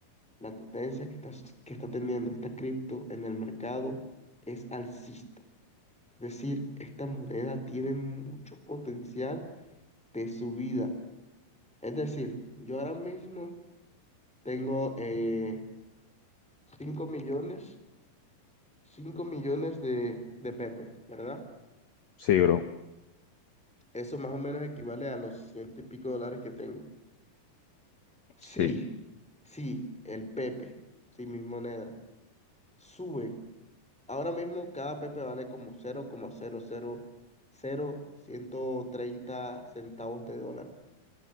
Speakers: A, in the centre; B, on the left.
A: La tendencia que está, que está teniendo esta cripto en el mercado es alcista. Es decir, esta moneda tiene mucho potencial de su vida. Es decir, yo ahora mismo tengo eh, 5 millones, 5 millones de, de Pepe, ¿verdad?
B: Sí, bro.
A: Eso más o menos equivale a los ciento y pico dólares que tengo. Sí,
B: Sí.
A: sí, el Pepe, sí, mis monedas, sube. Ahora mismo cada Pepe vale como cero coma cero cero cero coma ciento treinta centavos de dólar.